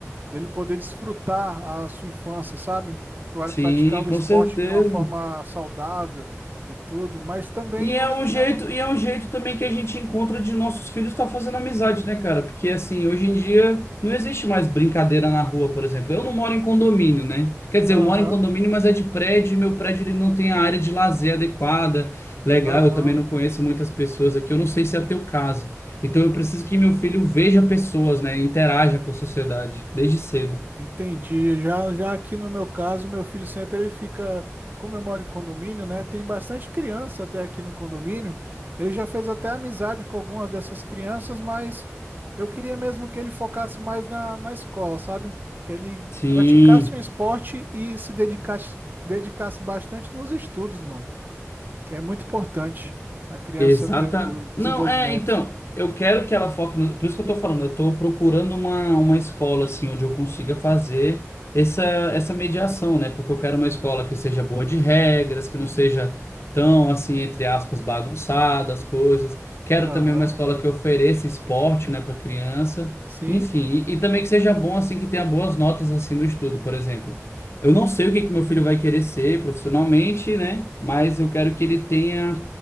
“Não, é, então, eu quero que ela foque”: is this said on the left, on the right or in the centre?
Left